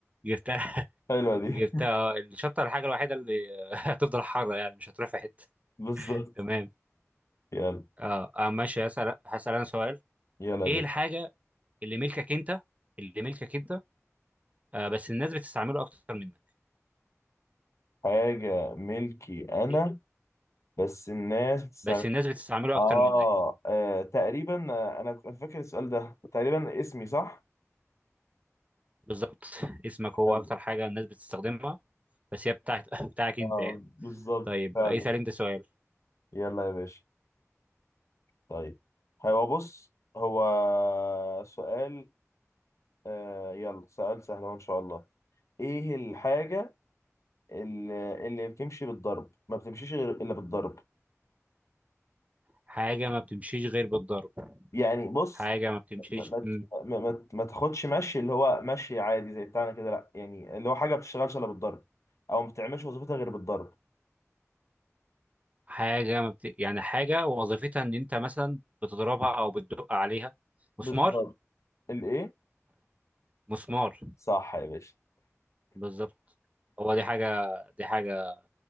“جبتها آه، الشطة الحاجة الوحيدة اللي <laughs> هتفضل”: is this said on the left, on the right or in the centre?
Right